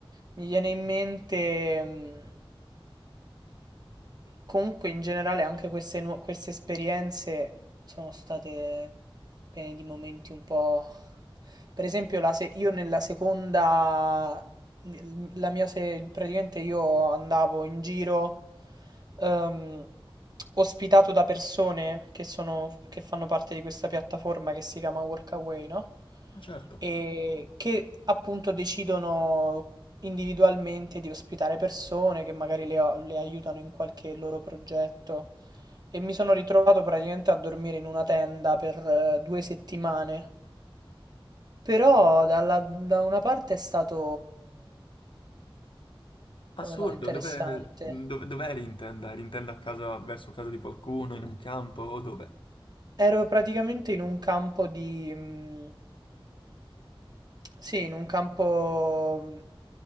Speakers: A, on the right; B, on the left.
A: mi viene in mente, mm, comunque in generale anche queste, nu- queste esperienze sono state piene di momenti un po'... Per esempio, la se- io nella seconda, la mia se- praticamente io andavo in giro ehm, ospitato da persone che sono, che fanno parte di questa piattaforma che si chiama Workaway, no?
B: Ah, certo.
A: E che appunto decidono individualmente di ospitare persone che magari le, o- le aiutano in qualche loro progetto. E mi sono ritrovato praticamente a dormire in una tenda per eh, due settimane. Però dalla- da una parte è stato,
B: Assurdo.
A: non lo so, interessante.
B: Dove, dove, dove eri in tenda? Eri in tenda a casa, verso casa di qualcuno, in un campo o dove?
A: Ero praticamente in un campo di... mm, sì, in un campo... mm,